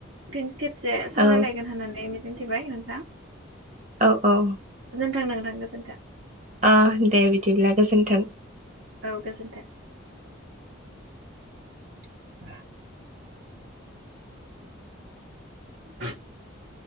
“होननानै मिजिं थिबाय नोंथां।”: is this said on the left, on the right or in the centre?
Right